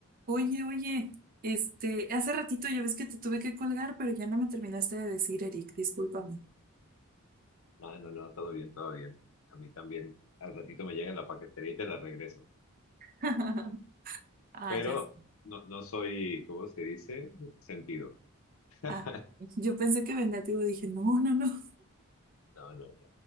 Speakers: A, on the right (about 40°); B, on the left (about 65°).
A: Oye, oye, este, hace ratito ya ves que te tuve que colgar, pero ya no me terminaste de decir, Eric, discúlpame.
B: No, no, no, todo bien, todo bien. A mí también. Al ratito me llega la paquetería y te la regreso.
A: <laughs> Ah,
B: Pero
A: ya sé.
B: no, no soy, ¿cómo se dice? Sentido. <laughs>
A: Ah, yo pensé que vengativo, dije, no, no, no.
B: No, no, no.